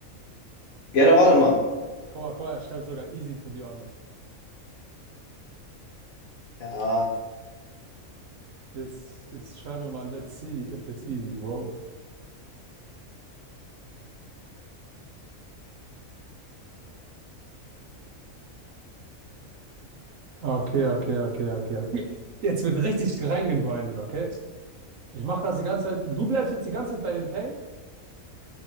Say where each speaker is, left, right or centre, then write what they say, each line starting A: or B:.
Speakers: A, on the left; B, on the right.
A: Ja, dann warte mal.
B: Guck mal, guck mal, er schreibt sogar easy to be honest.
A: Ja,
B: Jetzt, jetzt schreiben wir mal, let's see if it's easy, bro. Okay, okay, okay, okay, okay. Jetzt wird richtig reingegrindet, okay? Ich mache das die ganze Zeit. Du bleibst jetzt die ganze Zeit bei den Tang?